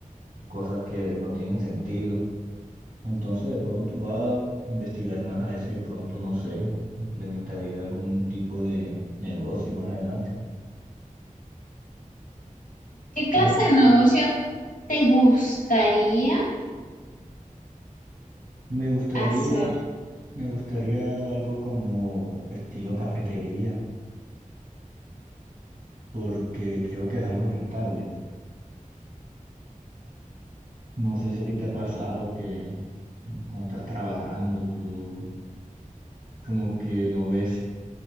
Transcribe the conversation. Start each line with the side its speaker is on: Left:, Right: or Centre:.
Right: cosas que no tienen sentido. Entonces de pronto voy a investigar más a ver si de pronto, no sé, implementaría algún tipo de negocio más adelante.
Left: ¿Qué clase
Right: No,
Left: de negocio te gustaría
Right: me gustaría,
Left: hacer?
Right: me gustaría algo como estilo cafetería porque creo que es algo rentable. No sé si a ti te ha pasado que cuando estás trabajando, tú como que no ves,